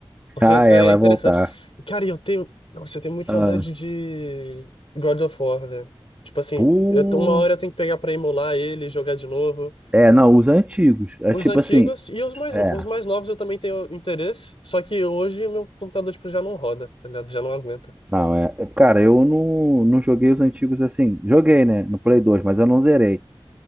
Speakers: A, on the left; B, on the right.
A: porque
B: Ah,
A: é,
B: é, vai
A: é interessante.
B: voltar.
A: E, cara, eu tenho, nossa, eu tenho muita
B: Ah,
A: saudade de God of War, velho. Tipo assim,
B: Pô.
A: eu, tô- uma hora eu tenho que pegar pra emular ele, e jogar de novo.
B: É, não, os antigos. É
A: Os
B: tipo
A: antigos
B: assim.
A: e os mais,
B: É,
A: os mais novos eu também tenho interesse, só que hoje o meu computador tipo, já não roda, tá ligado? Já não aguenta.
B: não, é. é, Cara, eu não, não joguei os antigos assim. Joguei, né? No Play 2, mas eu não zerei.